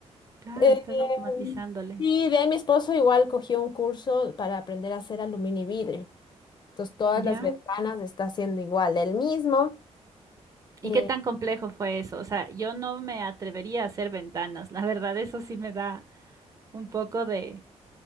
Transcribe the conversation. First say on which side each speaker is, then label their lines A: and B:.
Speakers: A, on the right; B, on the left.
A: Claro,
B: Eh,
A: estás automatizándole.
B: y de ahí mi esposo igual cogió un curso para aprender a hacer aluminio y vidrio. Entonces todas
A: ¿Ya?
B: las ventanas está haciendo igual, él mismo.
A: ¿Y
B: Eh,
A: qué tan complejo fue eso? O sea, yo no me atrevería a hacer ventanas. La verdad, eso sí me da un poco de,